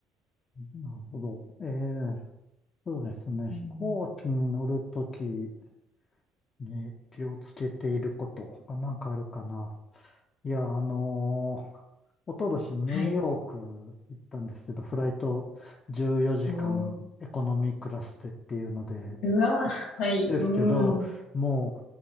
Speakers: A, on the left; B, on the left.
A: なるほど。ええ、そうですね。
B: うん
A: 飛行機に乗るときに気をつけていることがなんかあるかな。いや、あのー、おととしニューヨーク
B: はい。
A: 行ったんですけど、フライト14時間エコノミークラスでっていうので、
B: おー。うわー、はい。
A: ですけど、
B: うん。
A: も